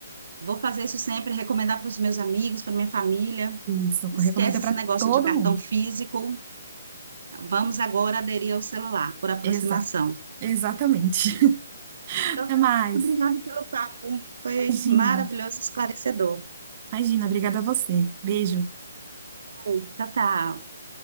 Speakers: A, on the right; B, on the right.
A: vou fazer isso sempre, recomendar para os meus amigos, para minha família.
B: Isso,
A: Esquece
B: recomenda para
A: esse negócio
B: todo
A: de cartão
B: mundo.
A: físico Vamos agora aderir ao celular, por aproximação.
B: Exato. Exatamente. <laughs>
A: Então,
B: Até
A: tá,
B: mais.
A: obrigada pelo papo. Foi
B: Imagina.
A: maravilhoso, esclarecedor.
B: Imagina, obrigada a você. Beijo.
A: É. Tchau, tchau.